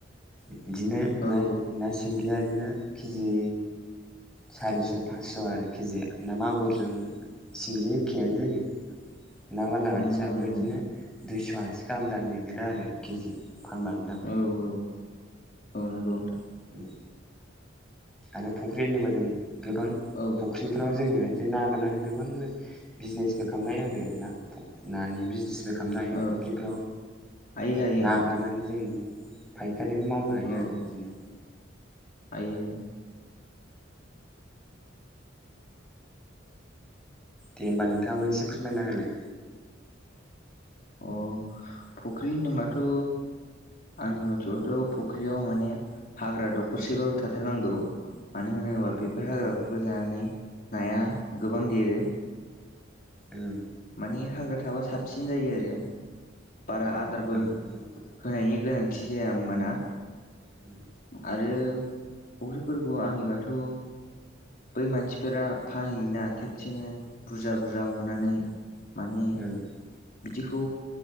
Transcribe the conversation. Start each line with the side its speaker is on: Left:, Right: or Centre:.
Centre: बिदिनो
Left: औ
Centre: ना-नासि सिंगिया बिदिनो केजि सारिस' फासस' आरो केजि ना मागुरजों सिंगिजों एखेयानो जायो ना बालाबाथियाबो
Left: नंगौ नंगौ
Centre: बिदिनो दुइस'आसि गाहाम जानो नागिरो आरो केजि फानबा नोंथां
Left: औ औ औ औ नंगौ नोंथां
Centre: उम आरो फुख्रि होनोबा जों गोबां
Left: औ
Centre: फुख्रिफ्राव जोङो बिदि ना आगारनानै गोबांनो बिजिनेसबो खालामनो हायो आरो ना फ नानि बिजिनेसबो खामनो हायो
Left: औ
Centre: फुख्रिफ्राव
Left: हायो हायो
Centre: ना
Left: नोंथां
Centre: आगारनानै जों बिदिनो फायखारिबो मावनो हायो
Left: औ
Centre: आरो बिदिनो
Left: हायो हायो
Centre: दे होमबा नोंथाङाबो एसे फोरमायना होलाय
Left: अ फुख्रि होनोबाथ' आंनि मथेबाथ' फुख्रियाव माने हाग्रा दखरसेबाबो थाथारनांगौ मानो होनोब्ला बेफोर हाग्राफोरखौ
Centre: उम
Left: जानानै नाया गोबां देरो
Centre: ओं
Left: माने हाग्रा थाबा साबसिन जायो आरो बारा आदारबो
Centre: ओं नंगौ
Left: होनायनि गोनांथि जाया होमबाना
Centre: उम
Left: आरो फुख्रिफोरखौ आंनिबाथ' बै मानसिफोरा फानहैयोना खेबसेनो बुरजा बुरजा हनानै माने
Centre: ओं
Left: बिदिखौ